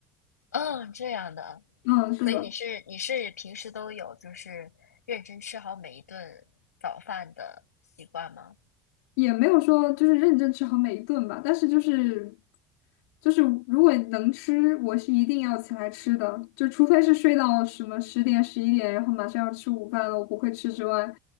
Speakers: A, on the left; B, on the left.
A: 嗯，这样的，
B: 嗯，是的。
A: 所以你是你是平时都有就是认真吃好每一顿早饭的习惯吗？
B: 也没有说就是认真吃好每一顿吧，但是就是就是如果能吃，我是一定要起来吃的，就除非是睡到什么十点十一点，然后马上要吃午饭了，我不会吃之外，